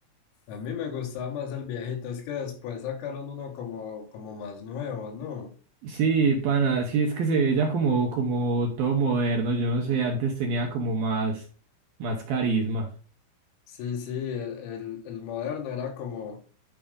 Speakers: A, on the left; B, on the right.
A: A mí me gustaba más el viejito, es que después sacaron uno como, como más nuevo, ¿no?
B: Sí, pana, sí, es que se ve ya como, como todo moderno, yo no sé, antes tenía como más, más carisma.
A: Sí, sí, el, el el moderno era como...